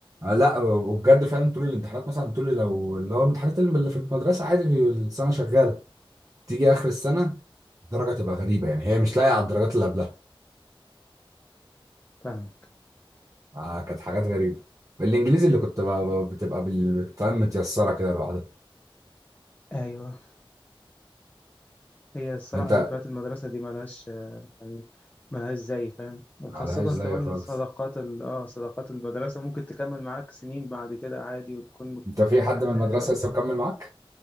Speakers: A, on the right (about 35°); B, on the left (about 15°).
A: لا وبجد فعلا طول الامتحانات مثلا طول لو اللي هو امتحانات اللي في المدرسه عادي في السنه شغاله تيجي اخر السنه الدرجه تبقى غريبه يعني هي مش لايقه على الدرجات اللي قبلها
B: فاهمك
A: آه كانت حاجات غريبه الانجليزي اللي كنت ب- ب- بتبقى بال- بتبقى متيسره كده لوحدها
B: ايوه هي الصراحه
A: انت
B: ذكريات المدرسه دي ملهاش آه، يعني ملهاش زي فاهم وخاصه
A: ملهاش زي
B: كمان
A: خالص
B: صداقات ال... اه صداقات المدرسه ممكن تكمل معاك سنين بعد كده عادي وتكون
A: انت في حد من المدرسة
B: اه
A: لسه مكمل معاك؟